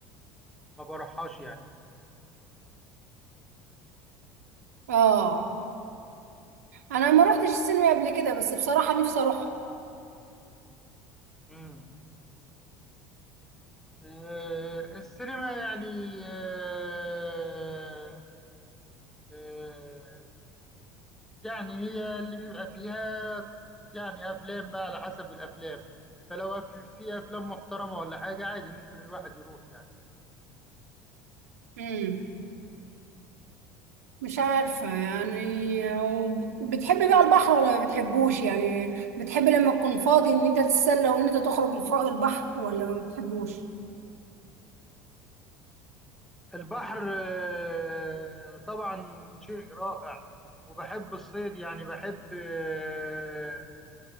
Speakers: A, in the centre; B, on the right.
A: ما بروحهاش يعني
B: اه انا ما روحتش السينما قبل كده بس بصراحه نفسي اروح
A: امم آه، السينما يعني آه، آه، يعني هي اللي بيبقى فيها يعني افلام بقى على حسب الافلام فلو أف- في افلام محترمة ولا حاجة عادي ممكن الواحد يروح يعني
B: امم مش عارفه يعني وب- بتحب بقى البحر ولا ما بتحبوش يعني بتحب لما تكون فاضي ان انت تتسلى وان انت تخرج الف- البحر ولا ما بتحبوش
A: البحر آه، طبعا شيء رائع وبحب الصيد يعني بحب آه،